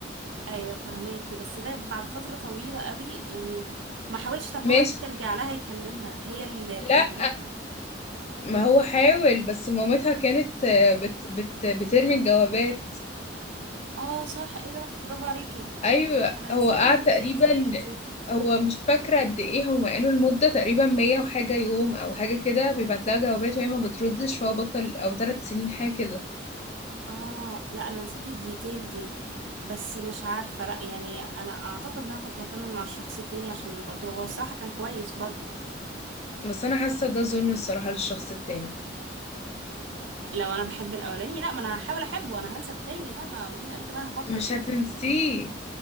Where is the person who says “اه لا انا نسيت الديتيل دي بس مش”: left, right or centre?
Right